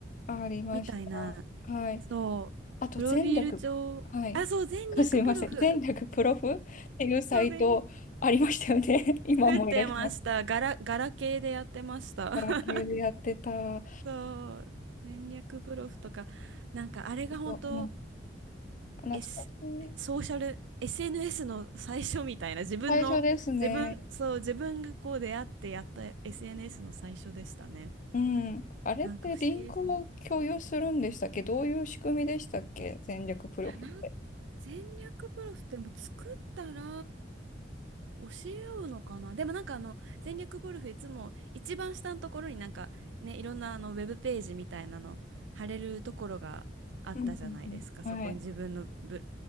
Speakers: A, on the left; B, on the right.
A: ありました。
B: みたいな、
A: はい。
B: そう、
A: あと、
B: プロフィール帳、
A: 全略、はい。
B: あ、そう、全略プロフ。
A: <laughs> あすいません。全略プロフっていうサイトありましたよね。
B: そう、全略
A: <laughs> 今思い出します。
B: 作ってました。ガラ、ガラケーでやってました。<laughs>
A: ガラケーでやってた。
B: そう。戦略プロフとか、なんかあれが本当、
A: そう、うん、懐かしい。
B: S、ソーシャル、SNS の最初みたいな、自分の、
A: 最初ですね。
B: 自分、そう、自分がこう出会ってやった SNS の最初でしたね。
A: うん。あれってリンクを共有するんでしたっけどういう仕組みでしたっけ戦略プロフって。
B: なんか不思議ですね。いや、なん、戦略プロフってもう作ったら、教え合うのかなでもなんかあの全力ゴルフいつも一番下のところになんかねいろんなあのウェブページみたいなの貼れるところがあったじゃないですかそこに自分のブ
A: うんうんうん。はい。